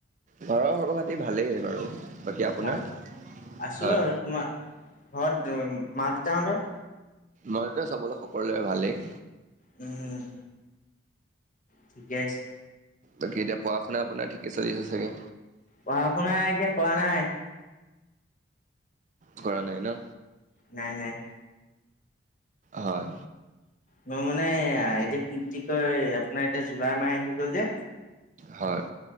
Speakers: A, on the right (about 40°); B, on the left (about 45°).
A: ঘৰৰ সৰ্ব খাতি ভালেই বাৰু বাকী আপোনাৰ
B: ভাল আছো
A: হয়
B: আৰু তোমাৰ ঘৰত মা দেউতাহঁতৰ
A: মইদ চাবলৈ সকলোৰে ভালেই
B: উম ঠিকে আছে
A: বাকী এতিয়া পঢ়া শুনা আপোনাৰ ঠিকে চলি আছে চাগে
B: পঢ়া শুনা এতিয়া কোৱা নাই
A: কৰা নাই ন
B: নাই নাই
A: হয়
B: মই মানে এতিয়া কি বুলি কয় আপোনাৰ এতিয়া জুলাই মাহ আহি গল যে
A: হয়